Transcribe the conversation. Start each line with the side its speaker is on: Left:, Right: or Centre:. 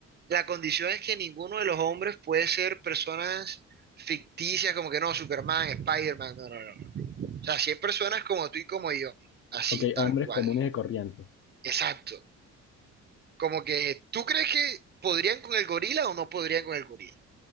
Right: La condición es que ninguno de los hombres puede ser personas ficticias, como que no, Superman, Spider-Man, no, no, no. O sea, 100 personas como tú y como yo, así,
Left: ok,
Right: tal
Left: hombres
Right: cual.
Left: comunes y corrientes.
Right: Exacto. Como que, ¿tú crees que podrían con el gorila o no podrían con el gorila?